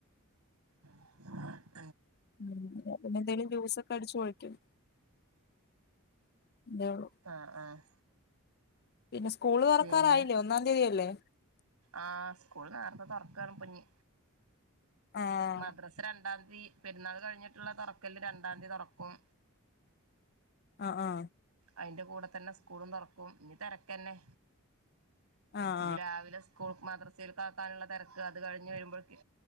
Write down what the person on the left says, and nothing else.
<inaudible> പിന്നെ എന്തേലും ജൂസൊക്കെ അടിച്ചു ഒഴിയ്ക്കും <unintelligible>
പിന്നെ സ്കൂള് തുറക്കാറായില്ലേ
ഒന്നാം തീയതിയല്ലേ
ആഹ്
അ ആ
ആഹ്